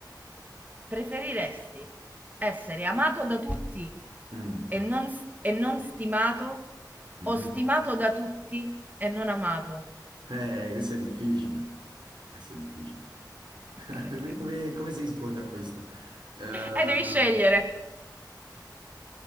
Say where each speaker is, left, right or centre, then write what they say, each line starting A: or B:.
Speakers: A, on the right; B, on the right.
A: Preferiresti essere amato da tutti
B: Mm,
A: e non, s- e non stimato
B: mhm.
A: o stimato da tutti e non amato?
B: Eh, questo è difficile. Questo è difficile.
A: Che
B: <laughs>
A: Cacchio.
B: Come, come- come si risponde a questa? Eh,
A: Eh, devi scegliere.